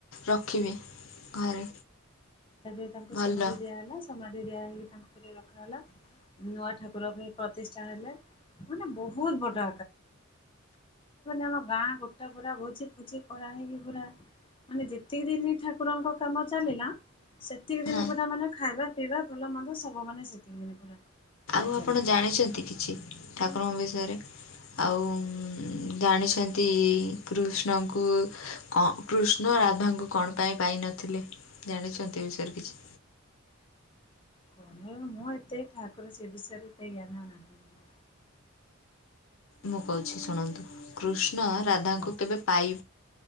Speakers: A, on the left; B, on the left.
A: ରଖିବେ ଘରେ।
B: ତେବେ ତାଙ୍କୁ
A: ଭଲ
B: ସମାଧି ଦିଆ ହେଲା। ସମାଧି ଦିଆ ହେଇି ତାଙ୍କ ଘରେ ର ରଖା ହେଲା। ନୂଆ ଠାକୁର ପାଇଁ ପ୍ରତିଷ୍ଠା ହେଲେ ମାନେ ବହୁତ ବଡ ଆମ ଗାଁ ଗୋଟେ ପୁରା ଭୋଜି ଫୋଜି କରାହେଇକି ପୁରା ମାନେ ଯେତିକି ଦିନ ଠାକୁରଙ୍କ କାମ ଚାଲିଲା ସେତିକି ଦିନ
A: ହଁ
B: ପୁରା ମାନେ ଖାଇବା ପିଇବା ଭଲ ମନ୍ଦ ସବୁ ମାନେ ସେତିକି ଦିନ ପୁରା। ମାନେ
A: ଆଉ ଆପଣ
B: ଚାଲିଲା
A: ଜାଣିଛନ୍ତି କିଛି ଠାକୁରଙ୍କ ବିଷୟରେ? ଆଉ ଜାଣିଛନ୍ତି କୃଷ୍ଣଙ୍କୁ - କ କୃଷ୍ଣ ରାଧାଙ୍କୁ କଣ ପାଇଁ ପାଇନଥିଲେ? ଜାଣିଛନ୍ତି ଏ ବିଷୟରେ କିଛି?
B: କଣ ମୁଁ ଏତେ ଠାକୁର ସେ ବିଷୟରେ ଏତେ ଜ୍ଞାନ ନାହିଁ। ମୋର।
A: ମୁଁ କହୁଛି ଶୁଣନ୍ତୁ କୃଷ୍ଣ ରାଧାଙ୍କୁ
B: ଆଉ କୁହନ୍ତୁ
A: କେବେ- ପାଇ